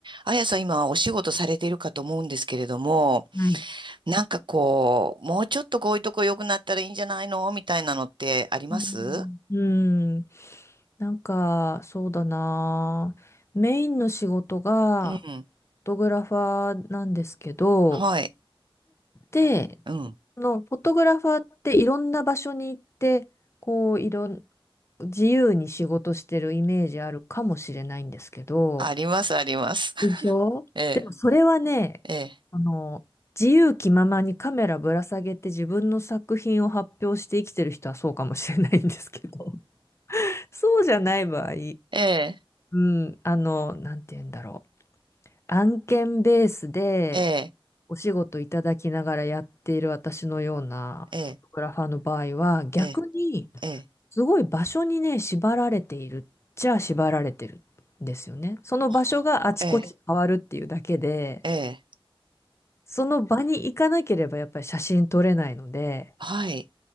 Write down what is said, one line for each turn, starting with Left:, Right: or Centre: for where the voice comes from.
Right: あやさん今お仕事されているかと思うんですけれども、
Left: はい。
Right: なんかこう、もうちょっとこういうとこ良くなったらいいんじゃないのみたいなのってあります
Left: うん。うん、なんか、そうだな。メインの仕事が、
Right: うん。
Left: フォトグラファーなんですけど、
Right: はい。
Left: で、
Right: うん。
Left: その、フォトグラファーっていろんな場所に行って、こう、いろん、自由に仕事してるイメージあるかもしれないんですけど、
Right: あります、あります。<laughs>
Left: でしょでもそれはね、
Right: ええ、え
Left: あの、自由気ままにカメラぶら下げて自分の作品を発表して生きてる人はそうかもしれないんですけど、そうじゃない場合、
Right: え、
Left: うん、あの、なんて言うんだろう。案件ベースで
Right: ええ、
Left: お仕事いただきながらやっている私のようなフォトグラファーの場合は、
Right: ええ、
Left: 逆に
Right: ええ、ええ、
Left: すごい場所にね、縛られているっちゃ縛られてるんですよね。その場所があちこち変わるっていうだけで、
Right: ほええ、ええ
Left: その場に行かなければやっぱり写真撮れないので、
Right: はい。